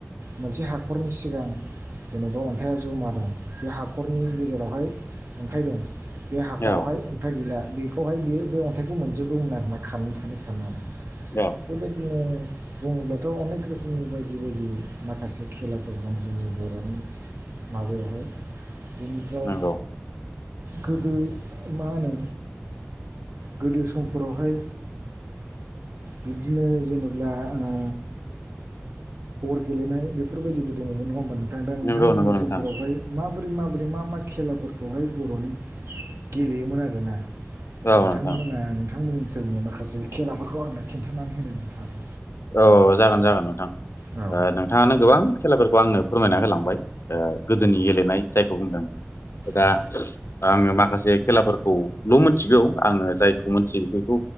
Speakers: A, on the right (about 75°); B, on the left (about 85°).
A: मोनसे हाखरनि सिगां जेनेबा अन्थाइया जमा दं बे हाखरनि गेजेरावहाय अन्थाइ दं बे हाखरावहाय
B: औ
A: अन्थाइ गैला बेखौहाय बेयो बे अन्थाइखौ मोनजोबोमोन आरोना खारै खारानै खारनानै
B: ओ
A: बेबायदिनो बुङोब्लाथ' अनेक रोखोमनि बायदि बायदि माखासे खेला फोर दं जोंनि बर'नि माबायावहाय बेनिफ्राय
B: नंगौ
A: गोदो मा होनो गोदो समफोरावहाय बिदिनो जेनेब्ला ओ गेलेनाय बेफोरबायदिबो दङमोन नङा होमबा नोंथां दा नोंथांमोननि
B: नंगौ नंगौ
A: ओनसोलफोरावहाय
B: नोंथां
A: माबोरै माबोरै मा मा खेलाफोरखौहाय बर'नि गेलेयोमोन आरोना
B: औ
A: नोंथांमोना
B: नोंथां
A: नोंथांमोन ओनसोलनि माखासे खेलाफोरखौ आंनो खिन्थानानै होदों नोंथांङाबो
B: औ जागोन जागोन नोंथां
A: औ
B: ओ नोंथाङानो गोबां खेलाफोरखौ आंनो फोरमायना होलांबाय ओ गोदोनि गेलेनाय जायखौ बुंदों दा
A: औ
B: आङो माखासे खेलाफोरखौल' मिथिगौ आङो जायखौ मोनथियो बेखौ